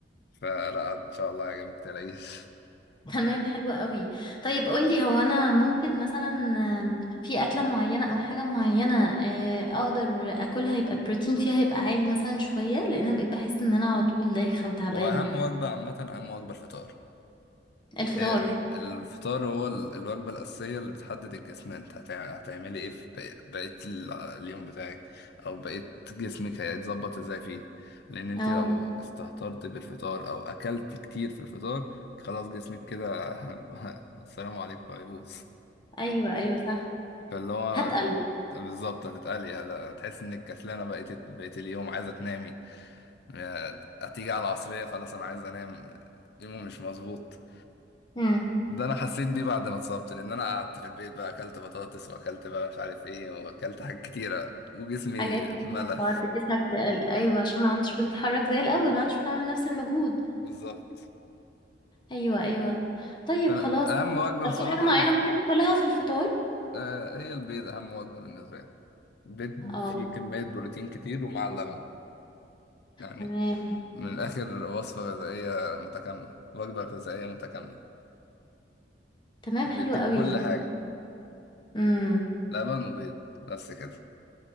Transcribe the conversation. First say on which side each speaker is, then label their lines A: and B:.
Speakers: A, on the left; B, on the left.
A: فلا ان شاء الله يا جماعة متقلقيش
B: <laughs> تمام حلو قوي طيب قولي هو انا ممكن مثلا آم، في اكلة معينة او حاجة معينة آه، اقدر اكلها يبقى البروتين فيها يبقى عالي مثلا شوية لان انا بقيت بحس ان انا على طول دايخة وتعبانة
A: هو اهم وجبة عامة اهم وجبة الفطار
B: الفطار
A: هي الفطار هو ال- الوجبة الأساسية اللي بتحدد الجسم أنت هتع- هتعملي إيه في بقية بقية ال- اليوم بتاعك أو بقية جسمك هيتظبط إزاي فيه لأن أنت
B: اه
A: لو استهترت بالفطار أو أكلت كتير في الفطار خلاص جسمك كده <laughs> السلام عليكم هيبوظ
B: ايوه ايوه صح
A: فاللي هو
B: هتقل
A: بالظبط هتتقلي هتحس إنك كسلانة بقية بقية اليوم عايزة تنامي آه، هتيجي على العصرية خلاص أنا عايز أنام يومي مش مظبوط
B: امم
A: ده انا حسيت بيه بعد ما اتصبت لان انا قعدت في البيت بقى اكلت بطاطس واكلت بقى مش عارف ايه واكلت حاجات كتيره وجسمي
B: حاجات كتير
A: اتملى
B: مع بعض جسمك تقل ايوه عشان ما عندش بتتحرك زي الاول ما عندش بتعمل نفس المجهود
A: <laughs> بالظبط
B: ايوه ايوه طيب
A: فانا
B: خلاص
A: اهم وجبه
B: طب
A: بصراحه
B: في حاجة معينة
A: ال-
B: ممكن اكلها في الفطار
A: آه، هي البيض اهم وجبه بالنسبه لي البيض
B: اه
A: فيه كميه بروتين كتير ومع اللبن يعني
B: تمام
A: من الاخر وصفه غذائيه متكامله وجبه غذائيه متكامله
B: تمام
A: بيديك
B: حلو قوي
A: كل حاجه
B: امم
A: لبن وبيض بس كده